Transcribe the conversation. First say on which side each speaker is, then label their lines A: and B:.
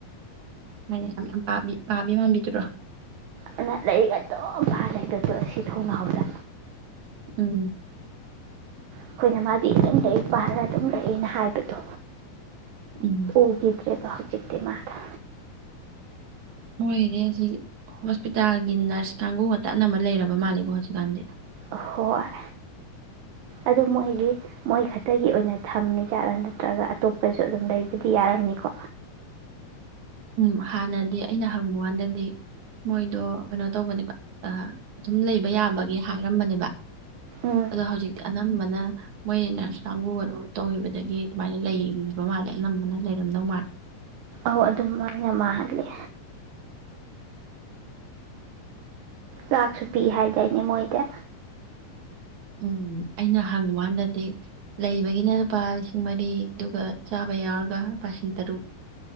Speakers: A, on the right; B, on the right.
A: ꯍꯥꯏꯅꯦ ꯌꯥꯝ ꯌꯥꯝ ꯄꯥꯕꯤ ꯄꯥꯕꯤ ꯃꯥꯟꯕꯤꯗꯨꯔꯣ
B: ꯑꯗꯨꯅ ꯂꯥꯏꯔꯤꯛ ꯑꯗꯨꯝ ꯄꯥ ꯂꯩꯕꯗꯣ ꯑꯁꯤ ꯊꯣꯡꯅꯥꯎꯗ
A: ꯎꯝ
B: ꯑꯩꯈꯣꯏꯅ ꯃꯥꯗꯤ ꯑꯗꯨꯝ ꯂꯥꯏꯔꯤꯛ ꯄꯥꯔ ꯑꯗꯨꯝ ꯂꯩꯑꯂꯅ ꯍꯥꯏꯕꯗꯣ
A: ꯎꯝ
B: ꯎꯒꯤ ꯕ ꯍꯧꯖꯤꯛꯆꯤ ꯃꯥꯗꯣ
A: ꯍꯣꯏꯅꯦ ꯍꯧꯖꯤ ꯍꯣꯁꯄꯤꯇꯥꯜꯒꯤ ꯅꯔꯁ ꯀꯥꯡꯕꯨꯒ ꯑꯅꯝꯕ ꯂꯩꯔꯕ ꯃꯥꯜꯂꯦꯀꯣ ꯍꯧꯖꯤꯛꯀꯥꯟꯗꯤ
B: ꯍꯣꯏ ꯑꯗꯨ ꯃꯣꯏꯒꯤ ꯃꯣꯏ ꯈꯛꯇꯒꯤ ꯑꯣꯏꯅ ꯊꯝꯃꯤ ꯖꯥꯠꯂ ꯅꯠꯇ꯭ꯔꯒ ꯑꯇꯣꯞꯄꯁꯨ ꯑꯗꯨꯝ ꯂꯩꯕꯨꯗꯤ ꯌꯥꯔꯝꯅꯤꯀꯣ
A: ꯎꯝ ꯍꯥꯟꯅꯗꯤ ꯑꯩꯅ ꯍꯪꯕ ꯀꯥꯟꯗꯗꯤ ꯃꯣꯏꯗꯣ ꯀꯩꯅꯣ ꯇꯧꯕꯅꯦꯕ ꯑꯗꯨꯝ ꯂꯩꯕ ꯌꯥꯕꯒꯤ ꯍꯥꯏꯔꯝꯕꯅꯦꯕ
B: ꯎꯝ
A: ꯑꯗꯣ ꯍꯧꯖꯤꯛ ꯑꯥꯅꯝꯃ ꯑꯗꯨꯅ ꯃꯣꯏ ꯅꯔꯁ ꯀꯥꯡꯕꯨ ꯀꯅꯣ ꯇꯧꯈꯤꯕꯗꯒꯤ ꯑꯗꯨꯃꯥꯏꯅ ꯂꯩꯈꯤꯕ ꯃꯥꯜꯂꯦ ꯑꯅꯝꯕꯅ ꯂꯩꯔꯝꯗꯧ ꯃꯥꯜꯂꯦ
B: ꯑꯧ ꯑꯗꯨꯝ ꯑꯅ ꯃꯥꯍꯂꯦ ꯆꯥꯛꯁꯨ ꯄꯤ ꯍꯥꯏꯗꯥꯏꯅꯦ ꯃꯣꯏꯗ
A: ꯎꯝ ꯑꯩꯅ ꯍꯪꯉꯀꯥꯟꯗꯗꯤ ꯂꯩꯕꯒꯤꯅ ꯂꯨꯄꯥ ꯂꯤꯁꯤꯡ ꯃꯔꯤ ꯑꯗꯨꯒ ꯆꯥꯕ ꯌꯥꯎꯔꯒ ꯂꯨꯄꯥ ꯂꯤꯁꯤꯡ ꯇꯔꯨꯛ